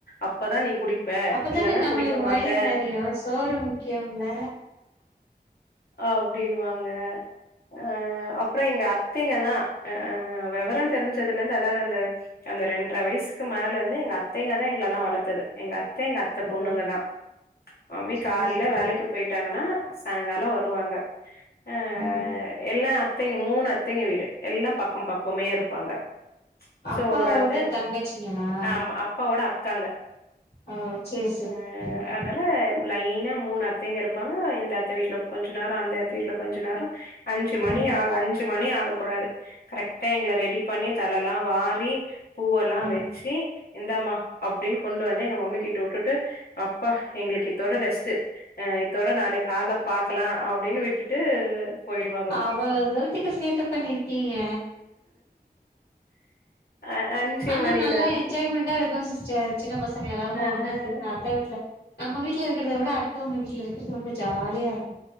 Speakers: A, on the left; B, on the left.
A: அப்பதா நீ குடி ப்ப
B: அப்பதானே
A: இல்லன்னா
B: நம்மளுக்கு
A: குடிக்க மாட்ட
B: வயிறு நெறையு சோறு முக்கியம்ல
A: ஆ அப்டின்னு வாங்க ஆ அப் அப்றோ எங்க அத்தைங்கல்லா அ வெவரம் தெரிஞ்சதுல இருந் அதாவது அந்த அந்த ரெண்ற வயிசுக்கு மேல இருந்து எங்க அத்தைங்க தா எங்கள எல்லா வளத்தது எங்க அத்த எங்க அத்த
B: ஓ
A: பொண்ணுங்கதா மம்மி
B: சூப்பர்
A: காலைல
B: சூப்பர்
A: வேலைக்கு போயிட் ட்டாங்கன்னா சாயிங்காலோ வருவாங்க அ
B: ம்
A: எல்லா அத்தைங்க மூணு அத்தைங்க வீடு எல்லாம் பக்கம் பக்கமே இருப்பாங்க
B: அப்பாவோட
A: சோ ராத்து
B: தங்கச்சிங்களா
A: ஆமா அப் அக்காங்க
B: ஓ சேரி சேரி
A: அ
B: சேரிங்க
A: அதனால அ லைனா மூணு அத்தைங்க இருப்பாங்க இந்த அத்த வீட்ல கொஞ்ச நேரோ அந்த அத்த வீட்ல கொஞ்ச நேரோ அஞ்சு மணி
B: அடேங்கப்பா
A: ஆகு அஞ்சு மணி ஆக கூடாது கரெக்டா எங்கள ரெடி பண்ணி தலலா வாரி பூவல்லா
B: ம்
A: வெச்சி இந்தாமா அப்டின் கொண்டு வந்து எங்க மம்மி கிட்ட வுட்டுட்டு அப்பா எங்களுக்கு இத் இதோட ரெஸ்ட்டு அ இத்தோட நானு கால்ல பாக்கலா அப்டின்னு விட்டுட்டு போயிடுவாங்களா
B: அவ்வள தூரத்துக்கு சேட்ட பண்ணிருக்கீங்க
A: அ அஞ்சு
B: ஆனா
A: மணில
B: நல்லா
A: இருந்து
B: என்ஜாய்மெண்ட்டா இருக்கு சிஸ்டர் சின்ன பசங்க எல்லாருமா
A: அ
B: ஒண்ணா சேந்தா அத்த வீட்ல நம்ம வீட்ல இருக்கிறத விட அடுத்தவங்க வீட்ல இருக்கறது ரொம்ப ஜாலியா இருக்கு